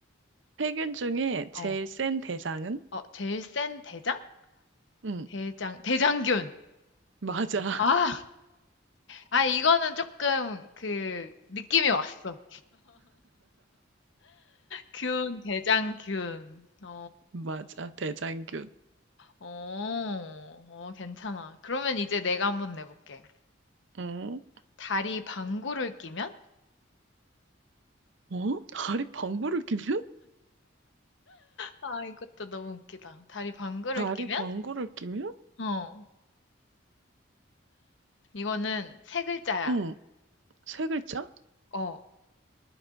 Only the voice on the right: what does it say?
세균 중에 제일
센 대장은?
응,
맞아.
<laughs>
맞아. 대장균.
응,
어? 다리 방구를 끼면?
다리
방구를 끼면?
응, 세 글자?